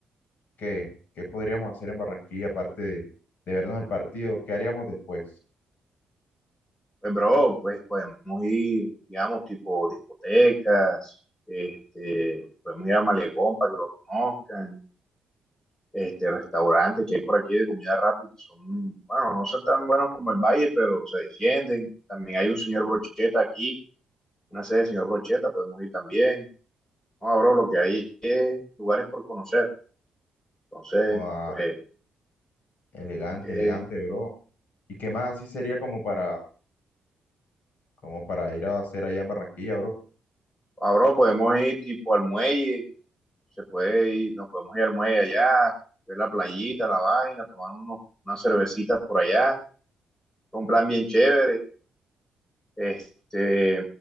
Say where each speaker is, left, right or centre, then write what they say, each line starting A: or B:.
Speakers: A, on the left; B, on the left.
A: ¿Qué, qué podríamos hacer en Barranquilla aparte de, de vernos el partido? ¿Qué haríamos después?
B: Pues, bro, pues podemos ir, digamos, tipo discotecas, este, podemos ir a Malecón para que lo conozcan este, restaurantes que hay por aquí de comida rápida, que son, bueno, no son tan buenos como el Valle, pero se defienden. También hay un señor Brocheta aquí, una sede de señor Brocheta, podemos ir también. No, abro lo que hay es lugares por conocer. Entonces,
A: Joda,
B: pues, eh,
A: elegante,
B: que,
A: elegante, bro. ¿Y qué más así sería como para, como para ir a hacer allá en Barranquilla, bro?
B: abro, podemos ir tipo al muelle, se puede ir, nos podemos ir al muelle allá, ver la playita, la vaina, tomar unos, unas cervecitas por allá. Un plan bien chévere Este,